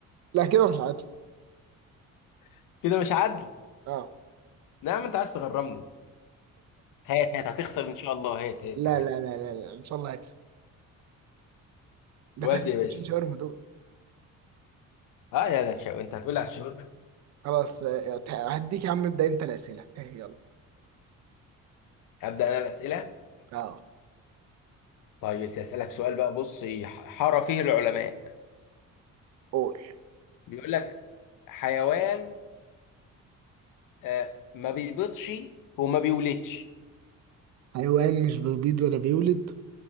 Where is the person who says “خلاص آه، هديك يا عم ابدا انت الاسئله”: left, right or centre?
Right